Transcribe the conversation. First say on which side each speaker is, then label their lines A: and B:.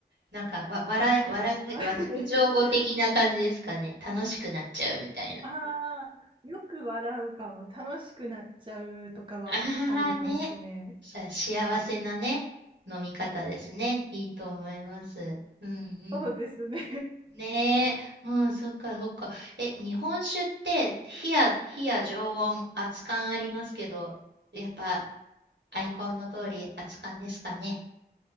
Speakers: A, on the right; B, on the right.
A: なんか、わ、笑い、笑い、
B: <laughs> はい。
A: 笑い上戸的な感じですかね。楽しくなっちゃうみたいな。
B: ああ、よく笑うかも。楽しくなっちゃうとかはありますね。
A: あーね。さ、幸せなね、飲み方ですね。いいと思います。うんうん。
B: そうですね。
A: ねえ、うん、そっかそっか。え、日本酒って、火や、火や常温、熱燗ありますけど、やっぱ、アイコンの通り、熱燗ですかね。